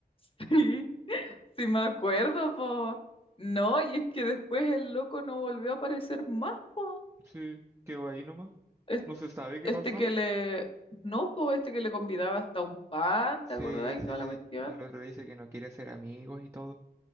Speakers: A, on the left (about 35°); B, on the right (about 15°).
A: <laughs> Sí me acuerdo, po. No, y es que después el loco no volvió a aparecer más, po.
B: Sí, quedó ahí nomás.
A: Es-
B: No se sabe qué
A: Este
B: pasó.
A: que le... No, po, este que le convidaba hasta un pan,
B: Sí,
A: ¿te acordás? Y toda
B: sí, sí.
A: la cuestión.
B: Y el otro le dice que no quiere ser amigos y todo.